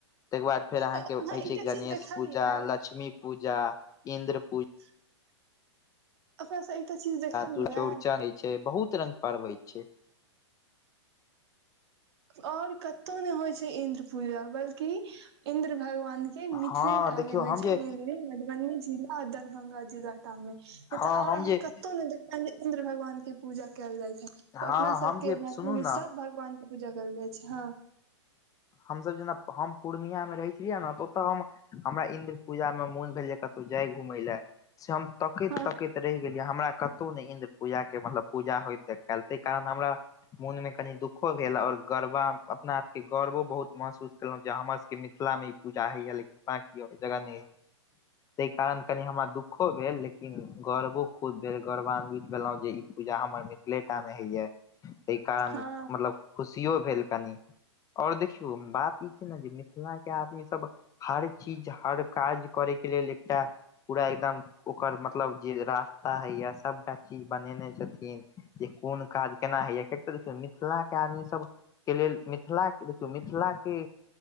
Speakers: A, on the left; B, on the right.
A: तके बाद फेर अहाँके
B: अहाँ
A: होइ
B: एकटा
A: छैय गणेश
B: चीज देखलियै
A: पूजा लक्ष्मी पूजा इन्द्र पूजा।
B: <inaudible> अच्छा अच्छा एकता चीज। देखलियै
A: दू चौड़चन होय छैय बहुत रंग पर्व होइ छैय।
B: आओर कतहु ने होइ छैय इंन्द्र पूजा बल्कि इन्द्र भगवान मिथिलेटामे
A: हँ देखियौ
B: होइ
A: हम
B: छैय
A: जे
B: मधुब मधुबनी जिला दरभंगा जिला टा मे नहि
A: हँ
B: तऽ और
A: हम
B: अहाँ
A: जे
B: कतौ नहि इन्द्र भगवान के पूजा कइल जाय छैय
A: हँ
B: अपना
A: हम
B: सब के
A: जे
B: मैथिल
A: सुनू
B: मे
A: ने
B: सब भगवान के पूजा करल जाइ छैय हाँ।
A: हमसँभ जना हम पूर्णियामे रहै छलियै न तऽ ओतय हम। हमरा इन्द्र पूजामे मोन भेल जे कतहु जाय घुमय लए से हम तकैत
B: हँ
A: तकैत। ऽ रहि गेलियै हमरा कतहु ने इन्द्र पूजाके मतलब पूजा होइत तल ताहि कारण हमरा। मोनमे कनि दुःखो भेल आओर गरबा अपना आपके गौरवो। बहुत महसूस केलहुं जे हमर सबके मिथिला मे ई पूजा होया लेकिन बांकी आओर जगह नय तय कारण कनि हमरा दुखो भेल लेकिन गर्वो खुब भेल। गौरवान्वित भेलहुँ जे ई पूजा हमर मिथिले टा मे होइए तैय कारण
B: हँ
A: मतलब खुशियो भेल कनी आओर देखियौ बात ई छै ने जे मिथिलाके आदमीसभ। हर चीज हर काज करैके लेल एकटा। पूरा एकदम ओकर मतलब जे रास्ता हे या सबटा चीज बनेने छै। छैथिन जे कोन काज केना होइय कऽ देखियौ। मिथिला के आदमी सब के लेल मिथिला देखियौ मिथिला के।